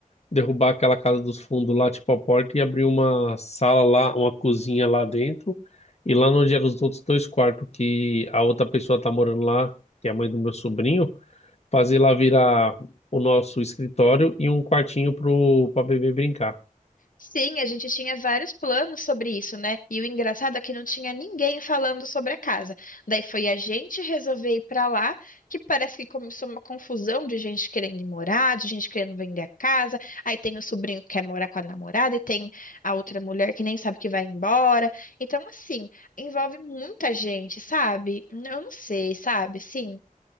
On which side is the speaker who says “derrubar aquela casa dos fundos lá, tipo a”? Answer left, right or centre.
Left